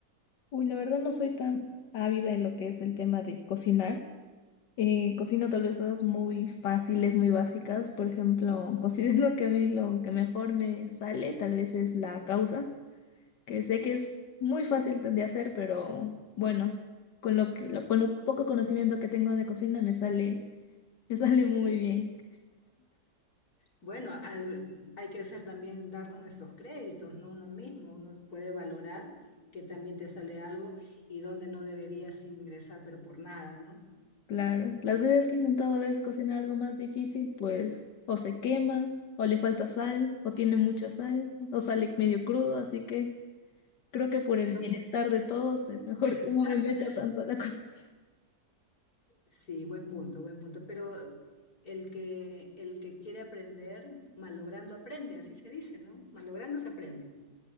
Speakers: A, on the left (about 85°); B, on the left (about 60°).
A: Uy, la verdad no soy tan ávida en lo que es el tema de cocinar. Eh, cocino tal vez cosas muy fáciles, muy básicas. Por ejemplo, <laughs> considero que a mí lo que mejor me sale tal vez es la causa, que sé que es muy fácil de hacer, pero bueno, con lo que, lo- con lo poco conocimiento que tengo de cocina me sale, me sale muy bien.
B: Bueno, al- hay que hacer también darnos nuestros créditos, ¿no? Uno mismo, uno puede valorar que también te sale algo y donde no deberías ingresar, pero por nada, ¿no?
A: Claro, las veces que he intentado a veces cocinar algo más difícil, pues o se quema, o le falta sal, o tiene mucha sal, o sale medio crudo, así que creo que por
B: Pero
A: el bienestar de todos es mejor
B: <laughs>
A: que no me meta tanto a la cocina. <laughs>
B: Sí, buen punto, buen punto. Pero el que, el que quiere aprender, malogrando aprende, así se dice, ¿no? Malogrando se aprende.